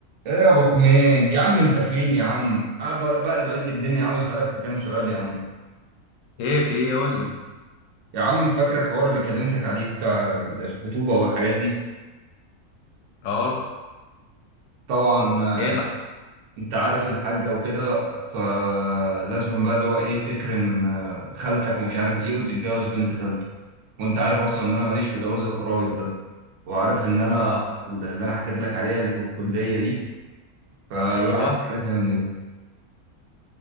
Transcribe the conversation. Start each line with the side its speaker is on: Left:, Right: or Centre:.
Right: ايه يا ابو حميد يا عم انت فين يا عم أنا ب- بقلب عليك الدنيا عاوز اسالك في كام سؤال يا عم
Left: ايه في ايه قول لي
Right: يا عم فاكر الحوار اللي كلمتك عليه بتاع ال- الخطوبه والحاجات دي
Left: اه
Right: طبعا آه،
Left: ايه اللي حصل
Right: انت عارف الحاجه وكده فلازم بقى اللي هو ايه تكرم آه، خالتك ومش عارف ايه وتتجوز بنت خالتك وانت عارف اصلا ان انا ماليش في جواز القرايب ده وعارف ان انا
Left: اه
Right: اللي انا حكيت لك عليها اللي في الكليه دي فالواحد
Left: ايوه
Right: مش عارف يعمل ايه